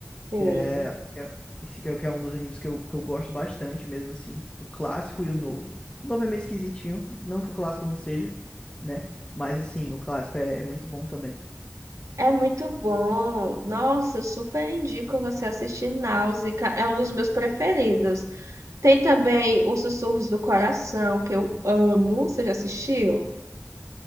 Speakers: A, on the right; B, on the left.
A: Sim.
B: Que é. que era- Esse que é que é um dos animes que eu, que eu gosto bastante mesmo, assim. O clássico e o novo. O novo é meio esquisitinho. Não que o clássico não seja, né? Mas, assim, o clássico é, é muito bom também.
A: É muito bom. Nossa, eu super indico você assistir Náusicaa. É um dos meus preferidos. Tem também Os Sussurros do Coração, que eu amo. Você já assistiu?